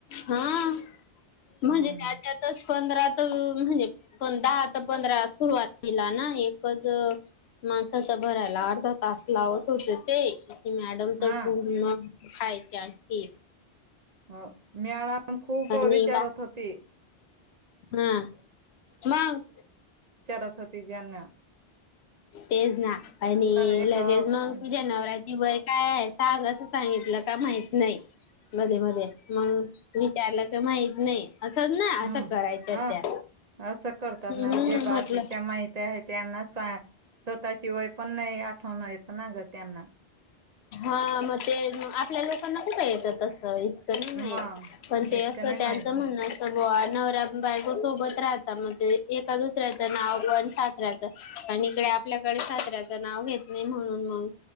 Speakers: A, on the left; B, on the right.
A: हा. म्हणजे
B: हम्म
A: त्याच्यातच पंधरात म्हणजे प धात पंधरा सुरुवातिला ना एकच माणसा तर भरायला अर्धा तास लावत होते ते मॅडम
B: हा
A: तर पूर्ण खायच्या खीर
B: हो मेळा तर खूप
A: आणि
B: विचारत
A: बा
B: होती
A: हा मग
B: चरत होती जन
A: तेच ना आणि
B: एक
A: लगेच
B: हम्म
A: मग तुझ्या नवरा्या ति वय काय आहे सांग असं सांगितलं का माहित नाही मध्ये मध्ये मग विचारलं तर माहित नाही असंच ना असं
B: हम्म
A: करायच्या
B: हा
A: त्या
B: असं करतात
A: हम्म
B: ना जे बागीच्या
A: म्हटलं
B: माहती्या आहेत त्यांना सांग स्वतःची वय पण नाही आठवण येत ना ग त्यांना
A: हा मग ते आपल्या लोकांना कुठं येततस इतकं ही
B: मग
A: नाही पण ते
B: इतकं
A: असं
B: नाही माहित
A: त्यांचं
B: ना.
A: म्हणणं असत बाबा नवऱ्या बायको सोबत राहत एका दुसऱ्याच नाव पण सासऱ्याच पण इकडे आपल्याकडे सासऱ्याचं नाव घेत नाही म्हणून मग